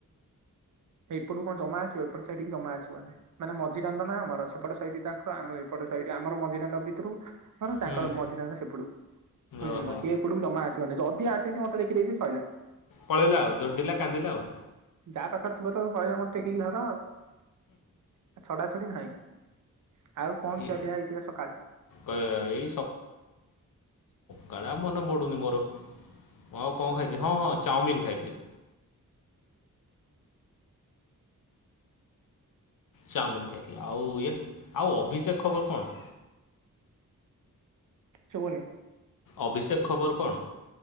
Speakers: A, on the right; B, on the left.
A: ଏ ଏପଟୁ କଣ ଜମା ଆସିବ ଏପଟ ସେଇଠିକି ଜମା ଆସିବ ମାନ ମଝି ଦାଣ୍ଡ ନାଁ ଆମର ସେପଟେ ସ ତାଙ୍କର ଆମର ଏପଟେ ସଡ ଆମ ମଝିରାଙ୍ଗଙ୍କ ଭିତରୁ ମ ତାଙ୍କର
B: ହୁଁ
A: ମଝ ସେପଟକୁ ବୁଝିଲ
B: ଓହୋ
A: ସିଏ ଏପଟକୁ ଜମା ଆସ ଯଦି ଆସିଛି ମତେଖି ଦେଇଛି ଶଇଲା।
B: ପଳେଇଲା ଆଉ ଦୋଡିଲା କାନ୍ଦିଲା ଆଉ।
A: ଯାହା ପାଖରେ ଥିବ ତ ହଳ ମର ଟେକିକି ଧର ଆଉ ଛଡା ଛଡି ନାଇଁ ଆଉ କଣ
B: ଇ
A: ଖିଆପିଆ ହେଇଥିଲା ସକାଳେ
B: ଏଇ କାଳେଆ ମନେ ପଡୁନି ମୋର ହ ଆଉ କଣ ଖାଇଥିଲି ହଁ ହଁ ଚାଉମିନ ଖ ଖାଇଥିଲି ଚାଉମିିନ ଖାଇଥିଲ ଆଉ ଇଏ ଆଉ ଅଭିଷେକ ଖବର କଣ
A: ଶୁବନି
B: ଅଭିଷେକ ଖବର କଣ